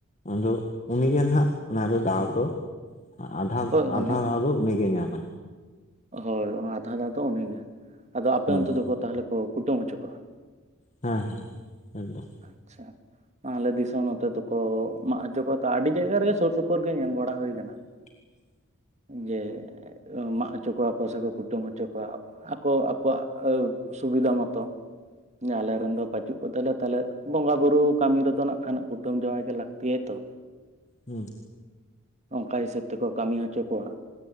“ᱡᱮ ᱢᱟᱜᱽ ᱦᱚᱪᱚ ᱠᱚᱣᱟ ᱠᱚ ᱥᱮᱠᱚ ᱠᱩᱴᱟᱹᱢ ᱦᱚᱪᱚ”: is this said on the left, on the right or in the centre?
Right